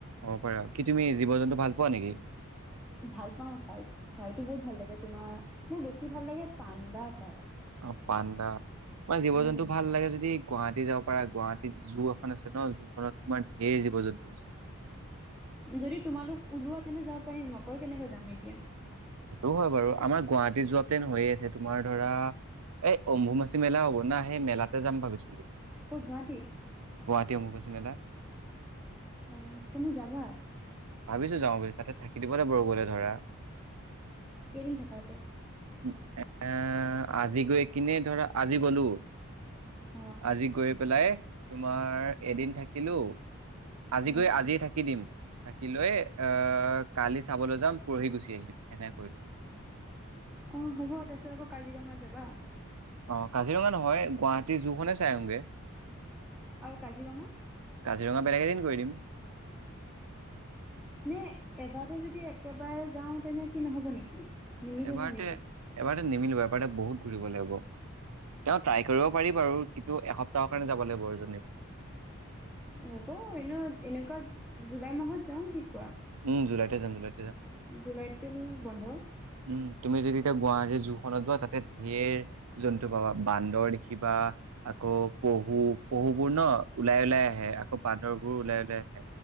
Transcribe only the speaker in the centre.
ভাল পাওঁ চাই। চাইতো বহুত ভাল লাগে তোমাৰ মোৰ বেছি ভাল লাগে পাণ্ডা চাই।
উম
যদি তোমালোক ওলোৱা তেন্তে যাব পাৰিম অকলে কেনেকৈ যাম এতিয়া।
ক'ত গুৱাহাটীত
অ' তেনে যাবা
কেইদিন থাকাকে?
অ
অ
অ হ'ব। তাৰপিছত আকৌ কাজিৰঙা যাবা?
আৰু কাজিৰঙা?
নে এবাৰ তে যদি একেবাৰে যাওঁ তেনে কি নহব নেকি? নিমিলিব
নেকি
হ'ব এনেও এনেকুৱা জুলাই মাহত যাওঁ। কি কোৱা?
জুলাইতটোনো বন্ধ